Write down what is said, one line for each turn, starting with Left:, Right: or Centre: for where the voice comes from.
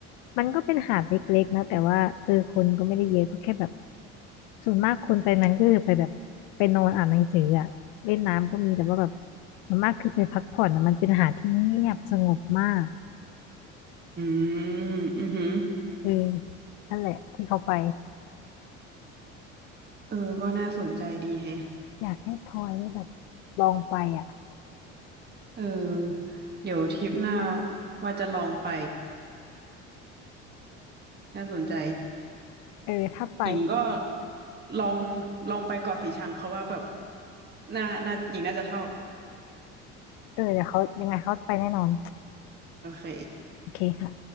Left: มันก็เป็นหาดเล็กๆนะแต่ว่าเออคนก็ไม่ได้เยอะก็แค่แบบส่วนมากคนไปนั้นก็คือไปแบบไปนอนอ่านหนังสืออะเล่นน้ำก็มีแต่ว่าแบบส่วนมากคือไปพักผ่อนอะมันเป็นหาดที่เงียบสงบมาก
Right: อืมอือหือ
Left: เออนั่นแหละที่เขาไป
Right: เออก็น่าสนใจดีแฮะ
Left: อยากให้พลอยได้แบบลองไปอ่ะ
Right: เออเดี๋ยวทริปหน้าว่าจะลองไปน่าสนใจ
Left: เออถ้าไป
Right: หญิงก็ลองลองไปเกาะสีชังเขาว่าแบบน่าน่าหญิงน่าจะชอบ
Left: เออเดี๋ยวเขายังไงเขาไปแน่นอน
Right: โอเค
Left: โอเคค่ะ